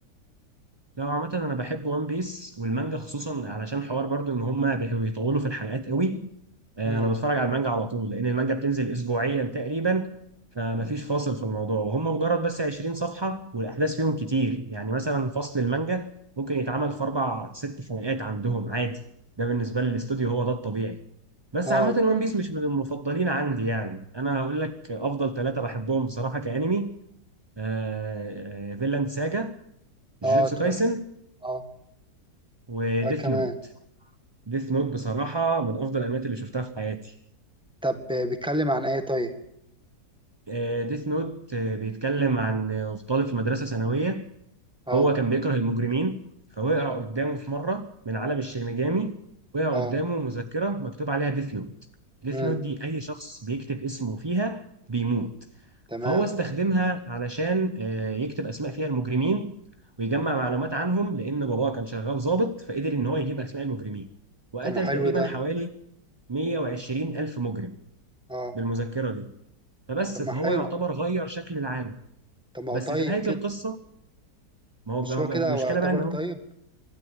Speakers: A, on the right; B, in the centre.
A: لا عامة أنا بحب ون بيس والمانجا خصوصا علشان حوار برضو إن هما بي- بيطولوا في الحلقات قوي آه،
B: امم
A: أنا بتفرج على المانجا على طول لأن المانجا بتنزل أسبوعيا تقريبا فمفيش فاصل في الموضوع وهم مجرد بس 20 صفحة والأحداث فيهم كتير يعني مثلا فصل المانجا ممكن يتعمل في أربع ست حلقات عندهم عادي ده بالنسبة للاستوديو هو ده الطبيعي بس
B: اه
A: عامة ون بيس مش من المفضلين عندي يعني أنا هقول لك أفضل ثلاثة بحبهم بصراحة كأنمي آه، آه، فيلاند ساجا جوجوتسو
B: اه اتفرجت
A: كايسن
B: اه
A: وديث
B: آه كمان
A: نوت ديث نوت بصراحة من أفضل الأنميات اللي شفتها في حياتي
B: طب بيتكلم عن ايه طيب
A: آه، ديث نوت آه، بيتكلم عن آه، طالب في مدرسة ثانوية
B: اه
A: هو كان بيكره المجرمين فوقع قدامه في مرة من عالم الشينيجامي وقع
B: اه
A: قدامه مذكرة مكتوب عليها ديث نوت ديث
B: امم
A: نوت دي أي شخص بيكتب اسمه فيها بيموت
B: تمام
A: فهو استخدمها علشان آه، يكتب أسماء فيها المجرمين ويجمع معلومات عنهم لأن باباه كان شغال ضابط فقدر إن هو يجيب أسماء المجرمين وقتل
B: طب ما حلو
A: تقريبا
B: ده
A: حوالي 120 ألف مجرم
B: اه
A: بالمذكرة دي فبس
B: طب ما
A: فهو
B: حلو
A: يعتبر غير شكل العالم
B: طب ما
A: بس
B: هو طيب
A: في نهاية
B: كده
A: القصة ما هو
B: مش
A: بقى
B: هو
A: بقى
B: كده
A: في
B: هو
A: مشكلة
B: يعتبر
A: بقى إن هو
B: طيب